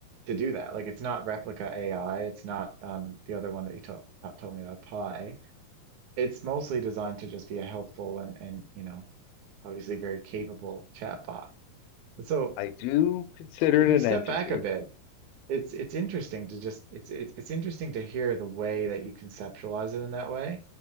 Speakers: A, on the right (about 60°); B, on the left (about 75°).
A: to do that. Like it's not Replica AI, it's not um, the other one that you told uh, told me about Pi. It's mostly designed to just be a helpful and and you know obviously very capable chatbot. So
B: I do consider
A: if
B: it
A: you
B: an
A: step
B: entity.
A: back a bit, it's it's interesting to just it's it's it's interesting to hear the way that you conceptualize it in that way.